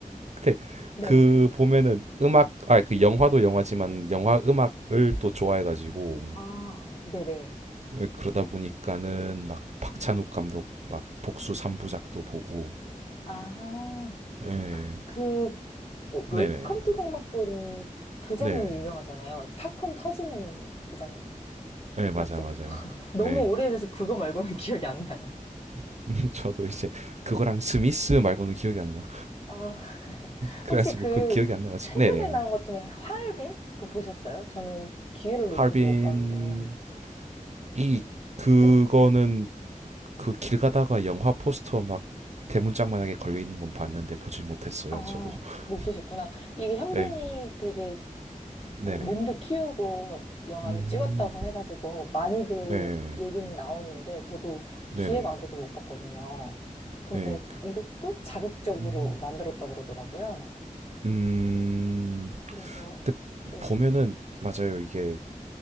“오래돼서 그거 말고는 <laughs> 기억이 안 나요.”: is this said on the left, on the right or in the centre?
Left